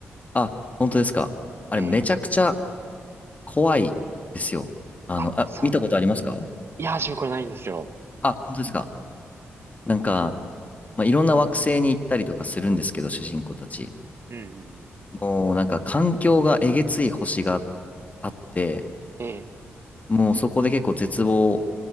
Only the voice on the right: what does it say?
ええ、
あ、
そう。
いや、自分これないんですよ。
うん、うん、
うん。ええ、